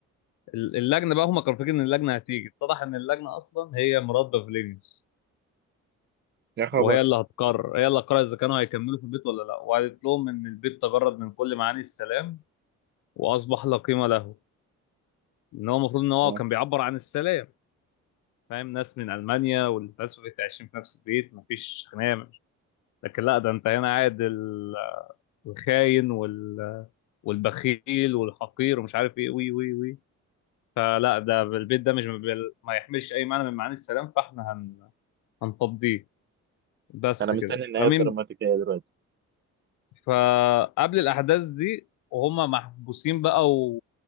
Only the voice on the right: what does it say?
يا خبر
آه.
انا مستني
النهاية
الدراماتيكية دلوقتي